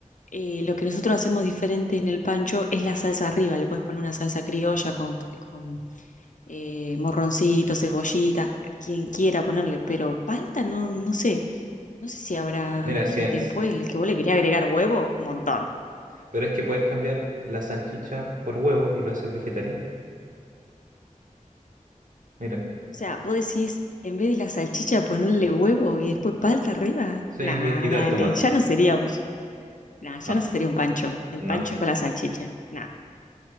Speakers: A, on the left; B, on the right.
A: eh, lo que nosotros hacemos diferente en el pancho es la salsa arriba. Le puedes poner una salsa criolla con, con eh, morroncito, cebollita, a quien quiera ponerle, pero palta no, no sé, no sé si habrá.
B: Mira,
A: Y
B: sí es-
A: después el que vos le quería agregar huevo, montón.
B: pero es que puedes cambiar la salchicha por huevo y lo haces vegetariano. Mira.
A: O sea, vos decís, en vez de la salchicha ponerle huevo y después palta arriba,
B: Sí,
A: nada,
B: y, y del
A: dale,
B: tomate.
A: ya no sería Nah,
B: No,
A: ya no sería un pancho. El
B: no.
A: pancho es con la salchicha. Nah.